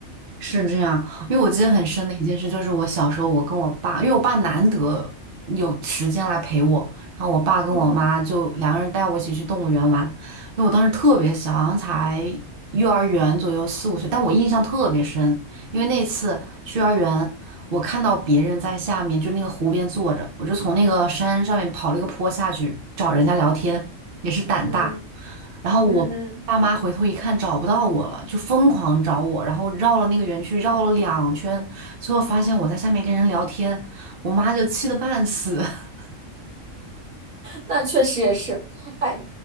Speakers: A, on the right; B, on the right.
A: 是这样。因为我记得很深的一件事，就是我小时候，我跟我爸，因为我爸难得有时间来陪我，然后我爸跟我妈就两个人带我一起去动物园玩。
B: <laughs> 嗯
A: 因为我当时特别小，好像才幼儿园左右，四五岁，但我印象特别深，因为那次去幼儿园。我看到别人在下面，就那个湖边坐着，我就从那个山上面跑了一个坡下去找人家聊天，也是胆大。
B: 嗯
A: 然后我爸妈回头一看找不到我了，
B: 嗯嗯，嗯，
A: 就疯狂找我，然后绕了那个园区绕了两圈，最后发现我在下面跟人聊天，我妈就气得半死。<laughs>
B: 那确实也是，哎，